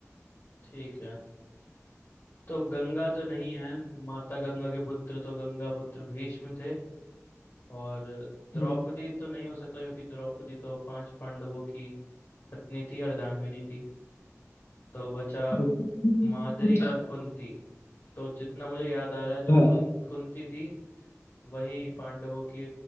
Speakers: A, on the left; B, on the left.
A: ठीक है तो गंगा तो नहीं है माता गंगा के पुत्र तो गंगा पुत्र भीष्म थे और
B: हम्म।
A: द्रौपदी तो नहीं हो सकता क्योंकि द्रौपदी तो पांच पांडवों की पत्नी थी अर्धांगिनी थी तो बचा
B: हम्म।
A: मादरी और कुंती तो जितना मुझे याद आ रहा है जो
B: हाँ,
A: कुं, कुंती थी वही पांडवों की